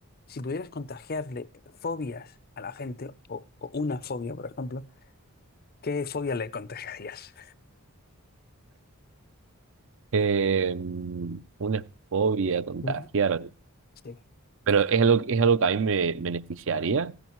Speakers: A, on the left; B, on the right.
A: si pudieras contagiarle fobias a la gente, o, o una fobia, por ejemplo, ¿qué fobia le contagiarías?
B: Eh, una fobia contagiar.
A: Mm, Sí.
B: Pero es algo, es algo que a mí me beneficiaría.